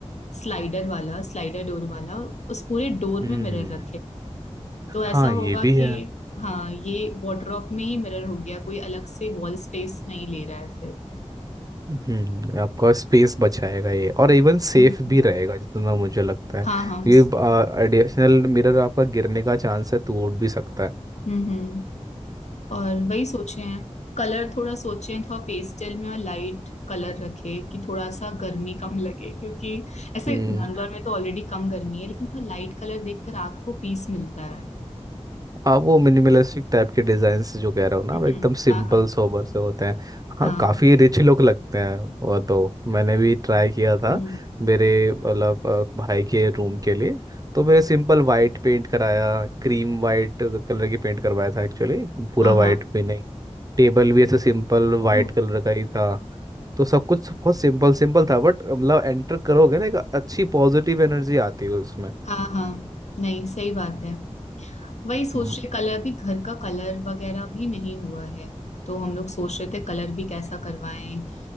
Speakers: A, on the left; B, on the right.
A: स्लाइडर वाला स्लाइडर डोर वाला और उस पूरे डोर
B: हम्म,
A: में मिरर तो हाँ
B: हाँ
A: ऐसा होगा
B: ये भी
A: कि
B: है
A: हाँ ये वार्डरोब में ही मिरर हो गया कोई अलग से वॉल स्पेस नहीं ले रहा है फिर
B: हम्म आपका स्पेस बचाएगा ये और इवन सेफ
A: हम्म
B: भी रहेगा जितना मुझे लगता है
A: हाँ हाँ
B: ये एडिशनल मिरर आपका गिरने का चांस है टूट भी सकता है
A: हम्म हम्म और वही सोचे हैं कलर थोड़ा सोचे हैं थोड़ा पेस्टल में और लाइट कलर रखे कि थोड़ा सा गर्मी कम लगे क्योंकि ऐसे
B: हम्म
A: बैंगलोर में तो ऑलरेडी कम गर्मी है लेकिन थोड़ा लाइट कलर देखकर आग को पीस मिलता है
B: हाँ वो मिनिमलिस्टिक टाइप के डिजाइन जो कह रहा हूँ ना
A: हम्म
B: वो एकदम सिंपल
A: हाँ हाँ
B: सोबर से होते हैं हाँ
A: हाँ
B: काफी रिच लुक लगते हैं वो तो मैंने भी ट्राई किया था
A: हम्म
B: मेरे मतलब अ, भाई के रूम के लिए तो मेरे सिंपल वाइट पेंट कराया क्रीम वाइट कलर की पेंट करवाया था एक्चुअली पूरा
A: हाँ
B: वाइट
A: हाँ
B: भी नहीं टेबल भी ऐसे सिंपल
A: ओ
B: वाइट कलर का ही था तो सब कुछ बहुत सिंपल सिंपल था बट मतलब एंटर करोगे ना एक अच्छी पॉजिटिव एनर्जी आती है उसमें
A: हाँ हाँ नहीं सही बात है वही सोच
B: हम्म
A: रहे कलर अभी घर का कलर वगैरह भी नहीं हुआ है तो हम लोग सोच रहे थे कलर भी कैसा करवाएं